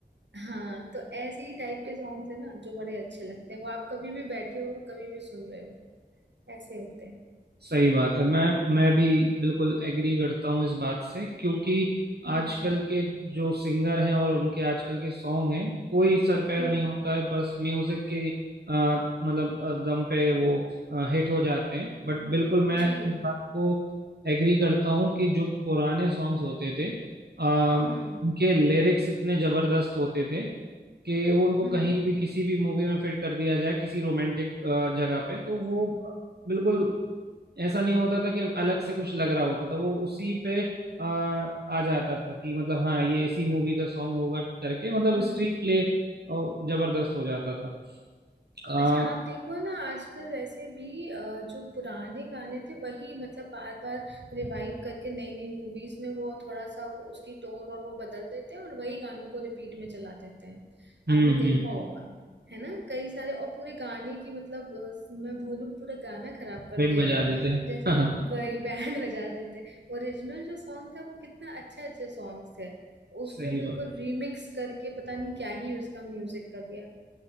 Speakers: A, on the right (about 85°); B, on the right (about 65°).
A: हाँ तो ऐसे ही टाइप के सॉन्ग्स है ना जो बड़े अच्छे लगते हैं वो आप कभी भी बैठे हो कभी भी सुन रहे हो ऐसे होते हैं
B: सही बात है मैं मैं भी बिल्कुल एग्री करता हूँ इस बात से क्योंकि
A: हम्म
B: आजकल के जो सिंगर हैं और उनके आजकल के सॉन्ग हैं कोई सर पैर
A: हम्म
B: नहीं होता है बस म्यूजिक के आ, मतलब अ, दम पे वो हिट हो जाते हैं बट बिल्कुल मैं
A: जी
B: इस बात को एग्री करता हूँ कि जो पुराने सॉन्ग्स होते थे आ, उनके
A: हम्म
B: लिरिक्स इतने जबरदस्त होते थे कि उनको
A: हम्म
B: कहीं भी किसी भी मूवी में फिट कर दिया जाए किसी रोमांटिक जगह पे तो वो बिल्कुल ऐसा नहीं होता था कि अलग से कुछ लग रहा होता था वो उसी पे आ, आ जाता था कि मतलब हाँ ये इसी मूवी का सॉन्ग होगा करके मतलब
A: हम्म
B: स्क्रीन प्ले और जबरदस्त हो जाता था आ,
A: अच्छा आप देखो ना आजकल वैसे भी अ, जो पुराने गाने थे वही मतलब बार बार रिवाइव करके नई नई मूवीज में वो थोड़ा सा वो उसकी टोन और वो बदल देते हैं और वही गानों को रिपीट में चला देते हैं
B: हम्म
A: आपने
B: हम्म
A: देखा होगा है ना कई सारे और पूरे गाने की मतलब अ, मैं बोलूं पूरा गाना खराब कर
B: बैंड
A: दे
B: बजा
A: रहे हैं
B: देते हैं
A: जैसे वही बैंड <laughs> बजा देते हैं ओरिजिनल जो सॉन्ग था वो कितना अच्छे अच्छे सॉन्ग्स थे
B: <laughs>
A: उसको
B: सही
A: बिल्कुल
B: बात
A: रीमिक्स करके पता नहीं क्या ही उसका म्यूजिक कर दिया